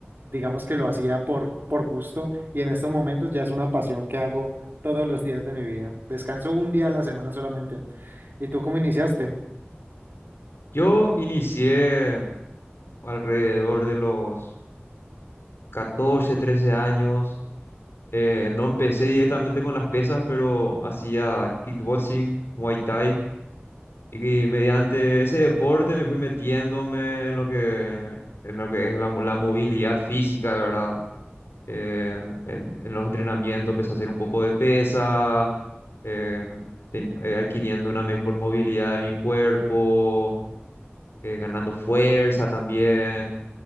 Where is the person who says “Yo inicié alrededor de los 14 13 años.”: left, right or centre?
Left